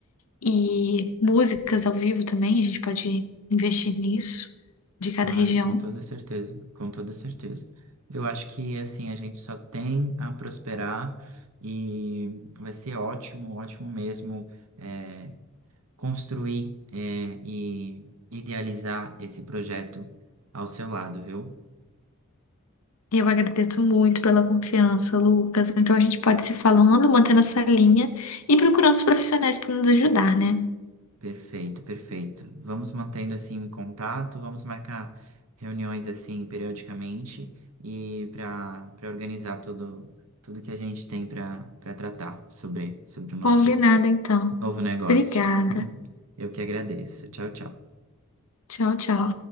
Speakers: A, on the left (about 75°); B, on the right (about 75°).
A: E músicas ao vivo também, a gente pode investir nisso, de cada
B: Claro,
A: região.
B: com toda certeza, com toda certeza. Eu acho que assim a gente só tem a prosperar e vai ser ótimo, ótimo mesmo é, construir é, e idealizar esse projeto ao seu lado, viu?
A: Eu agradeço muito pela confiança, Lucas. Então a gente pode se falando, mantendo essa linha e procurando os profissionais para nos ajudar, né?
B: Perfeito, perfeito. Vamos mantendo assim um contato, vamos marcar reuniões assim periodicamente e para para organizar tudo tudo que a gente tem para para tratar sobre sobre o nosso
A: Combinado, então.
B: Novo negócio.
A: Obrigada.
B: <laughs> Eu que agradeço. Tchau, tchau.
A: Tchau, tchau.